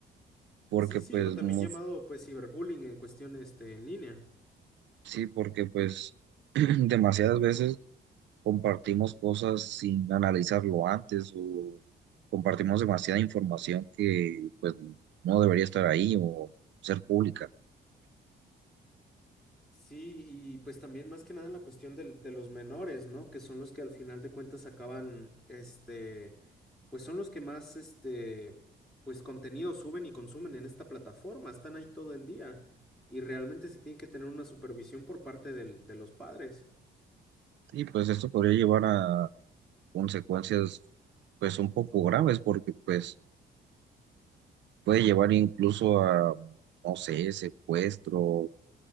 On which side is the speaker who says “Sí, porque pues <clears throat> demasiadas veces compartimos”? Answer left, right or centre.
Right